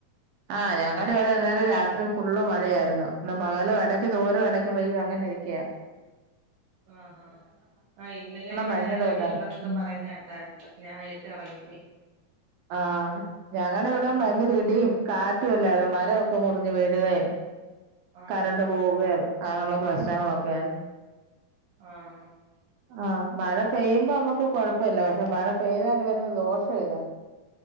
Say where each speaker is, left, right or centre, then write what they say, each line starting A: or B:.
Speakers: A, on the right; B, on the right.
A: ആഹ് ഞാങ്ങട്ട് <unintelligible> രാത്രി. ഇന്ന് ഫുള്ളു മഴയായിരുന്നു. ഇന്ന് പകാല് എടെക്ക് തോരും, എടെക്ക് പെയ്യും അങ്ങനെരിക്കൃ.
B: ആഹ് ഹാ ആ ഇന്നലെ വടെ
A: ഭയങ്കര
B: ഇടിയുണ്ടെന്നൊക്കെ.
A: ഇതാ ഉം
B: പറയുന്നെ കെട്ടായിരുന്നു. ഞാൻ നേരത്തെ, ഉറങ്ങിപ്പോയി.
A: ആഹ് ഞങ്ങടെ ഇവ്ടെ ഭയങ്കര
B: ഉം
A: ഇടിയും. കാറ്റു എല്ലായിരുന്നു മരമൊക്കെ മുറിഞ്ഞ് വീഴുകയും
B: ആഹാ
A: കരണ്ട് പോവുകയും. അങ്ങനുള്ള പ്രശ്നങ്ങളൊക്കെ.
B: ആഹ്.
A: ആ മഴ പെയ്യുമ്പോ നമ്മക്ക് കെഴപ്പല്ല, പക്ഷെ മഴ പെയ്താല് വരുന്ന ദോഷം ഇതാ. <inaudible>